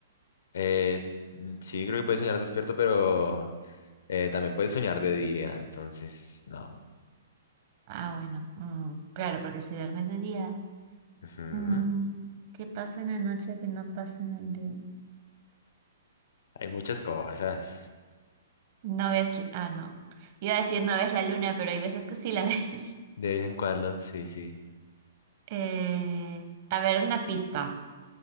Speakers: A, on the left; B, on the right.
A: Eh, mm, sí, creo que puedes soñar despierto, pero eh, también puedes soñar de día, entonces no.
B: Ah, bueno. mm, claro, porque si duermes de día.
A: Ujú.
B: Mm, ¿qué pasa en la noche que no pasa en el día?
A: Hay muchas cosas.
B: No ves, ah, no. Iba a decir no ves la luna, pero hay veces que sí la <laughs> ves.
A: De vez en cuando, sí, sí.
B: Eh, a ver, una pista.